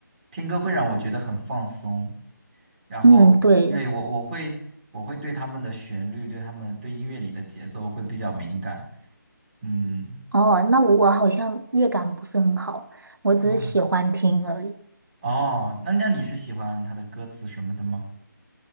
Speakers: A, on the right; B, on the right.
A: 听歌会让我觉得很放松，然后对我我会我会对他们的旋律，
B: 嗯，对。
A: 对他们对音乐里的节奏会比较敏感，嗯。
B: 哦，那我好像乐感不是很好，我只是喜欢听而已。
A: 哦哦，那那你是喜欢他的歌词什么的吗？